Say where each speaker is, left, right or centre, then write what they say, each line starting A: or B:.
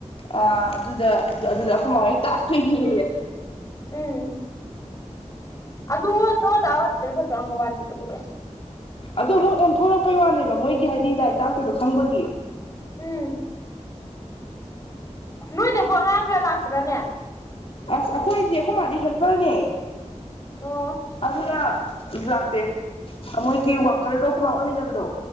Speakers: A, on the left; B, on the left.
A: ꯑꯥ ꯑꯗꯨꯗꯥ ꯑꯗꯨꯗꯥ ꯑꯈꯣꯏ ꯃꯥꯍꯣꯏ ꯇꯥꯛꯇꯣꯏꯅꯤꯌꯦ
B: ꯎꯝ ꯑꯗꯨ ꯇꯣ ꯑꯣꯖꯥ ꯑꯣꯏꯕꯗꯨꯅ ꯐꯠꯇ꯭ꯔꯣ ꯑꯪꯒꯟꯋꯥꯗꯤꯗꯨꯕꯨꯗꯤ
A: ꯑꯗꯣ ꯃꯣꯏ ꯑꯣꯟꯊꯣꯔꯛꯄꯩ ꯋꯥꯅꯦꯕ ꯃꯣꯏꯒꯤ ꯍꯥꯏꯗꯤ ꯂꯥꯏꯔꯤꯛ ꯇꯥꯛꯇꯣꯏꯗꯣ ꯈꯪꯕꯒꯤ꯫
B: ꯎꯝ ꯅꯣꯏꯗꯕꯨ ꯑꯉꯥꯡ ꯀꯌꯥ ꯂꯥꯛꯄ꯭ꯔꯅꯦ꯫
A: ꯑꯁ ꯑꯈꯣꯏꯗꯤ ꯑꯈꯣꯏ ꯃꯥꯗꯤ ꯍꯦꯜꯄꯔꯅꯦ꯫
B: ꯑꯣ
A: ꯑꯗꯨꯅ ꯂꯥꯛꯇꯦ ꯑ ꯃꯣꯏꯒꯤ ꯋꯥꯀꯔꯗꯣ ꯑꯈꯣꯏꯃꯥ ꯑꯣꯏꯃꯤꯟꯅꯕꯗꯣ